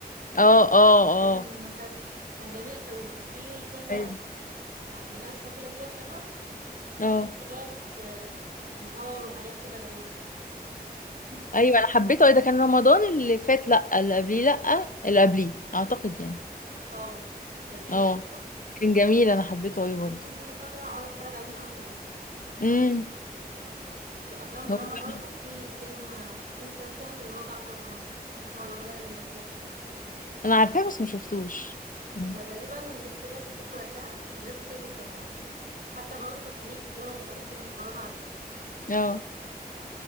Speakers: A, on the left; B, on the right.
A: اه اه اه
B: ده كان مسلسل كان جميل قوي في كذا
A: ايوه
B: يعني قلشة كده فيها حلوة
A: اه
B: في نفس الوقت آه، يعني طار وحاجات كده غريبة <clears throat>
A: ايوه انا حبيته ده كان رمضان اللي فات لا اللي قبليه لا اللي قبليه اعتقد يعني
B: اه كان جميل
A: اه
B: قوي بصراحة
A: كان جميل انا حبيته قوي برضه
B: ممكن كل فترة أقعد أتفرج عليه من أول تاني
A: امم
B: في أفلام دراما
A: هو فعلا
B: برضو في فيلم في مسلسل اللي هو جعفر العمدة كان محمد رمضان اللي ممثله
A: انا عارفاه بس ما شفتوش مم.
B: ده تقريبا الناس كلها شافته وقتها الناس كتير جدا يعني حتى برضو في الخليج في دول الخليج كانوا بيتفرجوا عليه
A: اه